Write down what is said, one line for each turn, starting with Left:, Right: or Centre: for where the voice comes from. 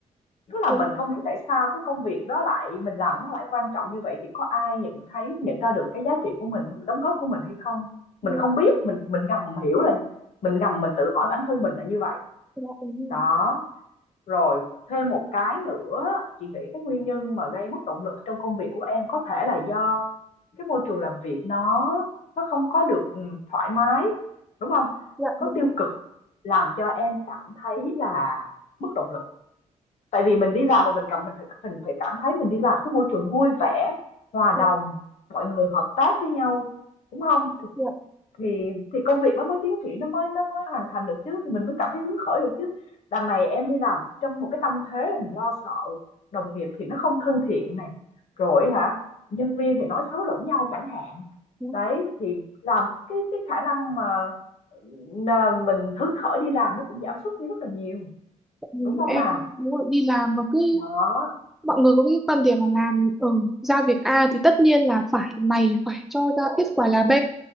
Left: tức là
Centre: dạ
Left: mình không hiểu tại sao cái công việc đó lại mình làm nó lại quan trọng như vậy thì có ai nhận thấy nhận ra được cái giá trị của mình đóng góp của mình hay không mình
Centre: dạ
Left: không biết mình mình ngầm hiểu là mình ngầm mình tự hỏi bản thân mình là như vậy
Centre: dạ dạ, đúng rồi
Left: đó rồi, thêm một cái nữa, chị nghĩ cái nguyên nhân mà gây mất động lực trong công việc của em có thể là do cái môi trường làm việc nó nó không có được ừ, thoải mái, đúng không?
Centre: dạ
Left: Có
Centre: đúng
Left: tiêu
Centre: rồi
Left: cực làm cho em cảm thấy
Centre: dạ
Left: là mất động lực. Tại vì mình đi làm mà mình cảm mình phải, mình phải cảm thấy mình đi làm cái môi trường vui vẻ, hòa
Centre: dạ
Left: đồng, mọi người hợp tác với nhau, đúng không? Thì
Centre: dạ
Left: thì thì công việc nó mới tiến triển, nó mới nó mới hoàn thành được chứ, thì mình mới cảm thấy hứng khởi được chứ. Đằng này em đi làm trong một cái tâm thế là mình lo sợ, đồng nghiệp thì nó không thân thiện này, rồi hả, nhân viên thì nói xấu lẫn nhau chẳng hạn.
Centre: dạ.
Left: Đấy, thì làm cái cái khả năng mà, ừm, à, mình hứng khởi đi làm nó cũng giảm sút đi rất là nhiều,
Centre: Tại vì
Left: đúng không
Centre: em
Left: nào?
Centre: đúng rồi đi làm mà cứ
Left: đó
Centre: mọi người có cái quan điểm là làm ở giao việc A thì tất nhiên là phải mày phải cho ra kết quả là B